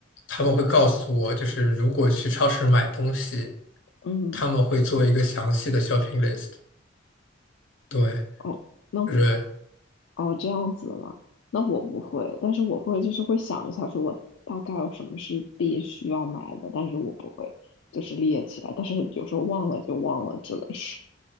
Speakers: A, on the left; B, on the left.
A: 他们会告诉我，就是如果去超市买东西，
B: 嗯。
A: 他们会做一个详细的 shopping list。对。
B: 哦，那我
A: 对
B: 哦这样子了，那我不会，但是我会就是会想一下，说我大概有什么是必须要买的，但是我不会就是列起来，但是有时候忘了就忘了，只能说，